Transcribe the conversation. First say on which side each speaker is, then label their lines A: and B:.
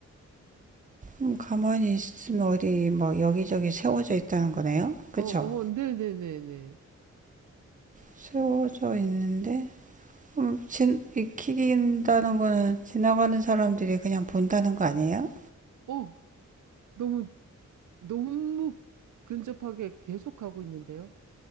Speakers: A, on the right (about 25°); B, on the right (about 75°).
A: 음, 가만히 있으면 어디, 뭐, 여기저기 세워져 있다는 거네요? 그쵸?
B: 어, 어, 네네네네.
A: 세워져 있는데, 음, 진, 읽힌다는 거는 지나가는 사람들이 그냥 본다는 거 아니에요?
B: 어, 너무, 너무 근접하게 계속하고 있는데요.